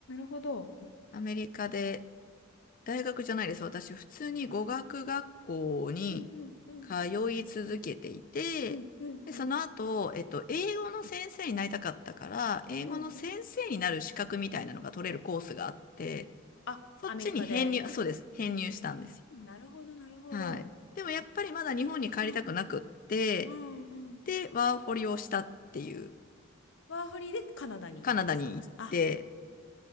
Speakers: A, on the left (about 60°); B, on the left (about 40°).
A: ほど。
B: アメリカで大学じゃないです。私、普通に語学学校に
A: うんうんうん。
B: 通い続けていて、
A: うんうんうん。
B: で、その後、えっと、英語の先生になりたかったから、英語の先生になる資格みたいなのが取れるコースがあって、
A: うんうん。あ、
B: そっちに編入、
A: アメリカで。
B: そうです。編入したんですよ。
A: なるほど、なるほど。
B: はい。でもやっぱりまだ日本に帰りたくなくって、
A: うん。うんうん。
B: で、ワーホリをしたっていう、
A: ワーホリでカナダに行ったんですかそして、
B: カナダに行って、
A: あ、